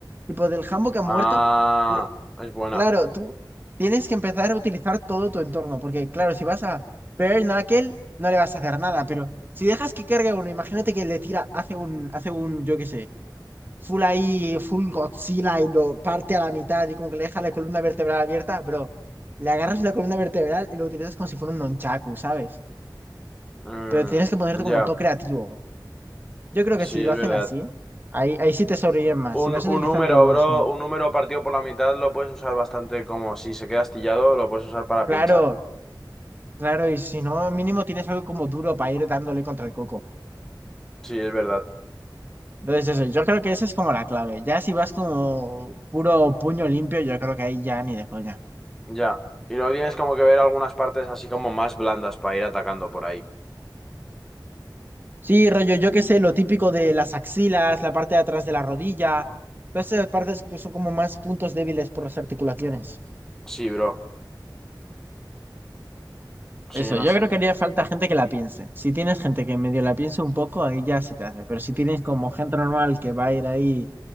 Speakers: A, on the right; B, in the centre.
A: Tipo, del jambo que ha muerto,
B: Ah,
A: le-
B: es buena.
A: claro, tú tienes que empezar a utilizar todo tu entorno. Porque, claro, si vas a Bare Knuckle, no le vas a hacer nada. Pero si dejas que cargue a uno, imagínate que le tira, hace un, hace un, yo qué sé full ahí, full Godzilla y lo parte a la mitad y como que le deja la columna vertebral abierta, bro. Le agarras la columna vertebral y lo utilizas como si fuera un nonchaku, ¿sabes?
B: Mm,
A: Pero tienes que ponerte como
B: ya,
A: todo creativo. Yo creo que
B: sí,
A: si lo
B: es
A: hacen
B: verdad.
A: así, ahí, ahí sí te sobreviven más. Si
B: Un,
A: vas utilizando
B: un número,
A: los...
B: bro, un número partido por la mitad lo puedes usar bastante como si se queda astillado, lo puedes usar para
A: Claro,
B: pinchar.
A: claro, y si no, mínimo tienes algo como duro para ir dándole contra el coco.
B: Sí, es verdad.
A: Entonces eso, yo creo que esa es como la clave. Ya si vas como puro puño limpio, yo creo que ahí ya ni de coña.
B: Ya. Y luego tienes como que ver algunas partes así como más blandas para ir atacando por ahí.
A: Sí, rollo, yo qué sé, lo típico de las axilas, la parte de atrás de la rodilla, todas esas partes que son como más puntos débiles por las articulaciones.
B: Sí, bro.
A: Eso,
B: Sí,
A: yo
B: no sé.
A: creo que haría falta gente que la piense. Si tienes gente que medio la piense un poco, ahí ya se te hace. Pero si tienes como gente normal que va a ir ahí